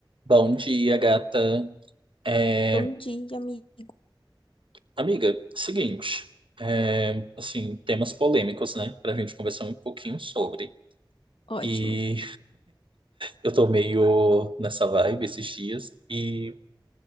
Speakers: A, on the right (about 75°); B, on the left (about 80°).
A: Bom dia, gata. É,
B: Bom dia, amigo.
A: amiga, seguinte, é, assim, temas polêmicos, né, pra gente conversar um pouquinho sobre.
B: Ótimo.
A: E eu tô meio nessa vibe esses dias e